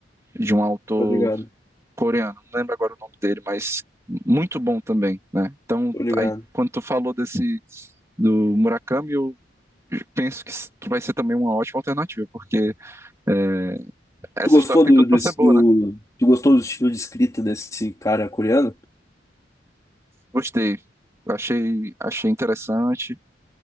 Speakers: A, on the right; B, on the left.
A: de um autor
B: tô ligado,
A: coreano, não lembro agora o nome dele, mas muito bom também, né? Então,
B: tô ligado.
A: aí, quando tu falou desse do Murakami, eu penso que, que vai ser também uma ótima alternativa, porque é, essa
B: Tu gostou
A: história tem
B: do,
A: tudo
B: do,
A: para ser boa,
B: do-
A: né?
B: tu gostou do estilo de escrita desse cara coreano?
A: Gostei, achei, achei interessante.